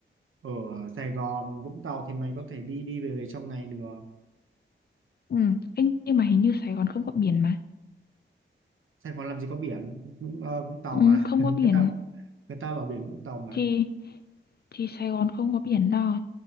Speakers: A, on the right; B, on the left.
A: ở Sài Gòn Vũng Tàu thì mày có thể đi đi về về trong ngày được
B: Ừ. Ê, nhưng mà hình như Sài Gòn không có biển mà.
A: Sài Gòn làm gì có biển Vũng, ờ, Vũng Tàu
B: Ừ,
A: mà
B: không
A: <laughs>
B: có biển
A: người ta người ta bảo biển Vũng Tàu mà
B: thì thì Sài Gòn không có biển đâu.